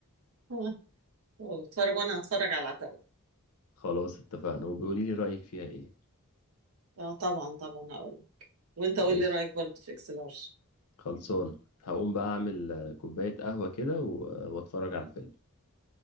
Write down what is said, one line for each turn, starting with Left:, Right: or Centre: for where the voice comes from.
Right: آه. طب اتفرج وانا هتفرج على العتاولة
Left: خلاص اتفقنا وبيقولي لي رأيك فيها ايه
Right: اه طبعا طبعا هقول وانت قول
Left: ماشي
Right: لي رايك برضه في اكس لارج
Left: خلصانة هقوم بقى اعمل آه، كوباية قهوة كده و- واتفرج على الفيلم